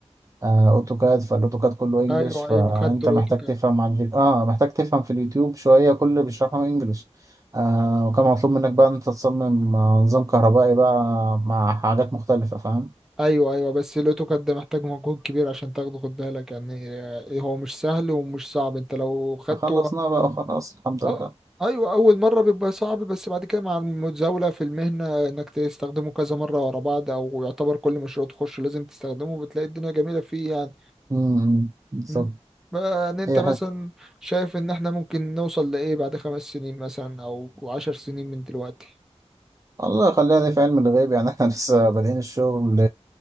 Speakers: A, on the right (about 30°); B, in the centre.
A: آه، أوتوكاد فالأوتوكاد كله إنجلش
B: ايوه
A: فأنت
B: ايوه خدت الاوتوكاد
A: محتاج تفهم على الفيديو آه محتاج تفهم في اليوتيوب شوية كل اللي بيشرحه إنجلش آه وكان مطلوب منك بقى إن أنت تصمم آه، نظام كهربائي بقى مع حاجات مختلفة فاهم
B: ايوه ايوه بس الاوتوكاد ده محتاج مجهود كبير عشان تاخده خد بالك يعني آه، هو مش سهل ومش صعب انت لو خدته
A: خلصنا بقى خلاص الحمد لله
B: أو- ايوه اول مره بيبقى صعب بس بعد كده مع المتزاوله في المهنه انك تستخدمه كذا مره ورا بعض او يعتبر كل مشروع تخش لازم تستخدمه بتلاقي الدنيا جميله فيه يعني
A: امم بالظبط
B: م. بقى يعني انت
A: هي
B: مثلا شايف ان احنا ممكن نوصل لايه بعد خمس سنين مثلا او عشر سنين من دلوقتي
A: الله خليها دي في علم الغيب يعني <laughs> احنا لسه بادئين الشغل